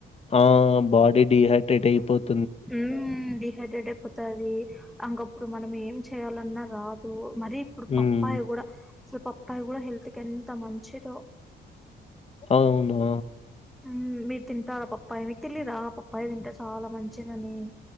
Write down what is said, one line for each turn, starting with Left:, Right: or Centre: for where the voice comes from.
Left: ఆ బాడీ డిహైడ్రేట్ అయిపోత్
Centre: హ్మ్ హైడ్రేట్ ఎక్పోతది అంకప్పుడు మనం ఏం చెయాలన్నా రాదు. మరి ఇప్పుడు
Left: హ్మ్
Centre: పప్పాయ్ కూడా అసలు పప్పాయ్ కూడా హెల్త్కి ఎంత మంచిదో
Left: అవునా
Centre: హ్మ్ మీరు తింటార ఆ పప్పాయి మీకు తెలీదా ఆ పప్పాయి తింటే చాలా మంచిదని.